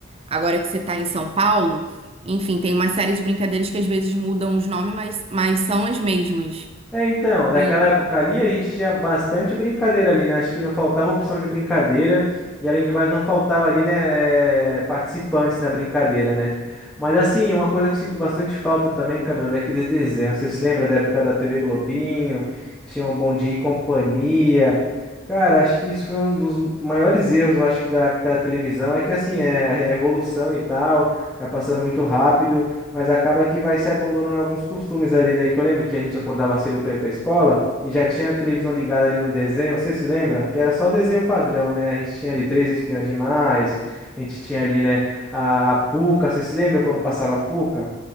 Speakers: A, on the right; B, in the centre.
A: Agora que você tá em São Paulo, enfim, tem uma série de brincadeiras que às vezes mudam os nomes, mas, mas são as mesmas.
B: É, então, daquela
A: E
B: época ali a gente tinha bastante brincadeira ali, né? Acho que não faltava opção de brincadeira e além do mais não faltava ali, né, participantes na brincadeira, né? Mas assim, uma coisa que eu sinto bastante falta também, Camilo, é daqueles desenhos. Vocês se lembra da época da TV Globinho? Tinha o Bom Dia e Companhia. Cara, acho que isso foi um dos maiores erros, eu acho que da época da televisão, é que assim, é a evolução e tal, vai passando muito rápido. Mas acaba que vai se abandonando alguns costumes ali, né? Que eu lembro que a gente acordava cedo pra ir pra escola e já tinha a televisão ligada ali no desenho. Você se lembra? Que era só o desenho padrão, né? A gente tinha ali Três Espiãs Demais, a gente tinha ali, né? A, a Puca. Você se lembra quando passava a Puca?